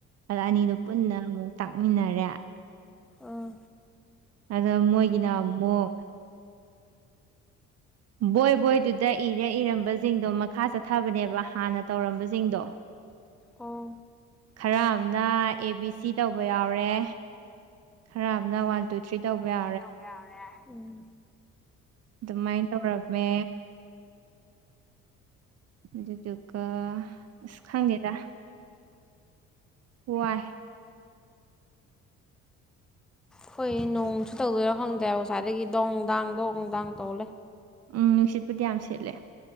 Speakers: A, on the right (about 55°); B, in the centre.
A: ꯑ ꯑꯅꯤꯗꯣ ꯄꯨꯟꯅ ꯑꯃꯨꯛ ꯇꯥꯛꯃꯤꯟꯅꯔꯦ
B: ꯑꯥ
A: ꯑꯗ ꯃꯣꯏꯒꯤꯅ ꯑꯃꯨꯛ ꯕꯣꯏ ꯕꯣꯏꯗꯨꯗ ꯏꯔ ꯏꯔꯝꯕꯁꯤꯡꯗꯣ ꯃꯈꯥ ꯆꯠꯊꯕꯅꯦꯕ ꯍꯥꯟꯅ ꯇꯧꯔꯝꯕꯁꯤꯡꯗꯣ
B: ꯑꯣ
A: ꯈꯔ ꯑꯃꯅ ꯑꯦ ꯕꯤ ꯁꯤ ꯇꯧꯕ ꯌꯥꯎꯔꯦ ꯈꯔ ꯑꯃꯅ ꯋꯥꯟ ꯇꯨ ꯊ꯭ꯔꯤ ꯇꯧꯕ ꯌꯥꯎ
B: ꯇꯧꯕ ꯌꯥꯎꯔꯦ ꯎꯝ
A: ꯑꯗꯨꯃꯥꯏꯅ ꯇꯧꯔꯝꯃꯦ ꯑꯗꯨꯗꯨꯒ ꯑꯁ ꯈꯪꯗꯦꯗ ꯋꯥꯏ
B: ꯍꯣꯏ ꯅꯣꯡ ꯅꯨꯡꯁꯤꯠ ꯇꯧꯗꯣꯏꯔ ꯈꯪꯗꯦꯕ ꯉꯁꯥꯏꯗꯒꯤ ꯗꯣꯡ ꯗꯥꯡ ꯗꯣꯡꯗꯥꯡ ꯇꯧꯂꯩ
A: ꯎꯝ ꯅꯨꯡꯁꯤꯠꯄꯨꯗꯤ ꯌꯥꯝ ꯁꯤꯠꯂꯦ